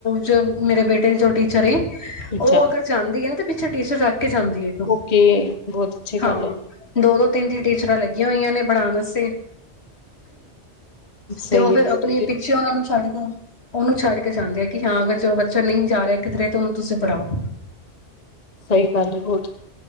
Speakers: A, on the left (about 65°); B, on the left (about 35°).
A: ਜੋ ਮੇਰੇ ਬੇਟੇ ਜੋ ਟੀਚਰ ਉਹ
B: ਅੱਛਾ
A: ਅਗਰ ਜਾਂਦੀ ਹੈ ਨਾ ਤੇ <unintelligible> ਕੇ ਜਾਂਦੀ ਹੈ <unintelligible>
B: ਓਕੇ ਬਹੁਤ ਅੱਛੀ
A: ਹਾਂ
B: ਗੱਲ ਹੈ
A: ਦੋ ਦੋ ਤਿੰਨ ਤਿੰਨ ਟੀਚਰਾਂ ਲੱਗੀਆਂ ਹੋਈਆਂ ਨੇ ਪੜਾਣ ਵਾਸਤੇ
B: ਸਹੀ
A: ਤੇ ਉਹ ਫਿਰ
B: ਹੈ
A: ਆਪਣੇ
B: ਜੀ,
A: ਪਿੱਛੇ ਉਹਨਾਂ ਨੂੰ <unintelligible> ਉਹਨੂੰ ਛੱਡ ਕੇ ਚਾਹਦੇ ਆ ਕਿ ਹਾਂ ਅਗਰ ਜ ਬੱਚਾ ਨਹੀਂ ਜਾ ਰਿਹਾ ਕਿਧਰੇ ਤੇ ਉਹਨੂੰ ਤੁਸੀਂ ਪੜ੍ਹਾਓ
B: ਸਹੀ ਗੱਲ ਹੈ ਬਹੁਤ